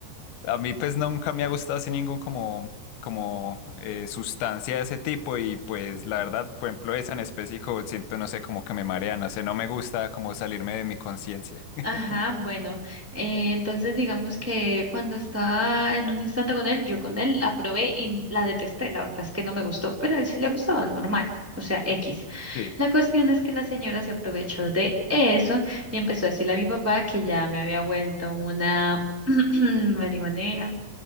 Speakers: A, on the left; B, in the centre.
A: a mí pues nunca me ha gustado así ningún como, como eh, sustancia de ese tipo y pues la verdad, por ejemplo, esa en específico siento, no sé, como que me marea, no sé, no me gusta como salirme de mi conciencia. <laughs>
B: Ajá, bueno, eh, entonces digamos que cuando estaba en un instante con él, yo con él la probé y la detesté, la verdad es que no me gustó, pero a él sí le gustaba, normal, o sea, X.
A: Sí,
B: La cuestión es que la señora se aprovechó de eso y empezó a decirle a mi papá que ya me había vuelto una <clears throat> marihuanera